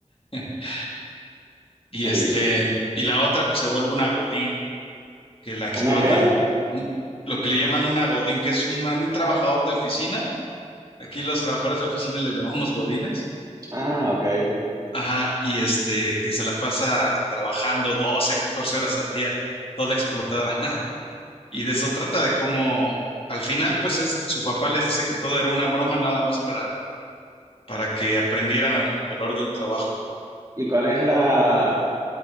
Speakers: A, on the left; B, on the right.
A: <laughs> Y
B: Sí.
A: este, y la otra, pues se vuelve una godín, que la explotan.
B: ¿Una qué?
A: Un- lo que le llaman una godín, que es una- un trabajador de oficina. Aquí los trabajadores de oficina les llamamos godines.
B: Ah, ok.
A: Ajá, y este, que se la pasa trabajando 12 14 horas al día, toda explotada. <laughs> Y de eso trata de cómo, al final, pues es, su papá les dice que todo era una broma nada más para, para que aprendieran el valor del trabajo.
B: ¿Y cuál es la,